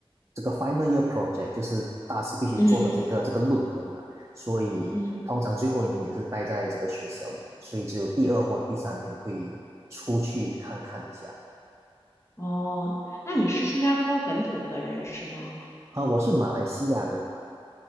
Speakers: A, on the right; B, on the left.
A: 这个 final year project，就是大四必须做的这个这个论文嘛，
B: 嗯
A: 所以通常最后一年也是待在这个学校里，
B: 嗯。
A: 所以只有第二或第三年会出去看看一下。
B: 哦，那你是新加坡本土的人是吗？
A: 啊，我是马来西亚人。